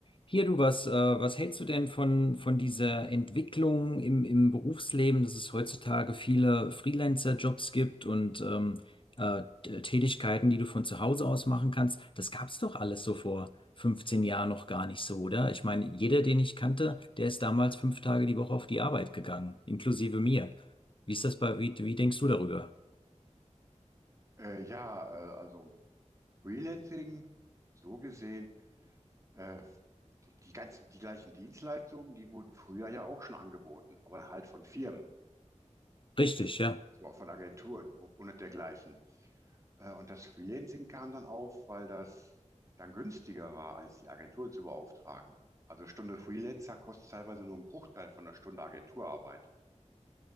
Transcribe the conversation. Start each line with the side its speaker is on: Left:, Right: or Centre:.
Left: Hier, du, was, äh, was hältst du denn von, von dieser Entwicklung im, im Berufsleben, dass es heutzutage viele Freelancer-Jobs gibt und ähm, äh, T- Tätigkeiten, die du von zu Hause aus machen kannst? Das gab es doch alles so vor 15 Jahren noch gar nicht so, oder? Ich meine, jeder, den ich kannte, der ist damals fünf Tage die Woche auf die Arbeit gegangen, inklusive mir. Wie ist das bei, wie, wie denkst du darüber?
Right: Äh, ja, äh, also Freelancing, so gesehen, äh, die, die ganzen, die gleichen Dienstleistungen, die wurden früher ja auch schon angeboten, aber halt von Firmen,
Left: Richtig, ja.
Right: so auch von Agenturen u- und dergleichen. Äh, und das Freelancing kam dann auf, weil das dann günstiger war, als die Agentur zu beauftragen. Also Stunde Freelancer kostet teilweise nur einen Bruchteil von einer Stunde Agenturarbeit,